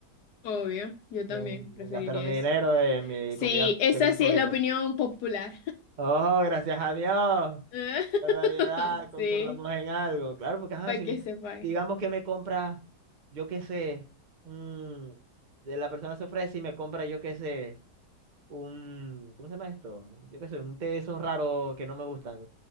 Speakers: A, on the left; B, on the right.
A: Obvio, yo
B: Prefiero
A: también preferiría
B: Gastar mi
A: eso.
B: dinero en mi
A: Sí,
B: comida,
A: esa
B: bebida
A: sí
B: favorita.
A: es la opinión popular.
B: Oh, gracias a Dios.
A: <laughs>
B: ¡Qué Barbaridad, concordamos
A: Sí,
B: en algo. Claro, porque ajá,
A: para
B: si
A: que
B: me-
A: sepáis.
B: digamos que me compra, yo qué sé, un- de la persona se ofrece y me compra, yo qué sé, un, ¿cómo se llama esto? Yo qué sé, un té de esos raros que no me gustan.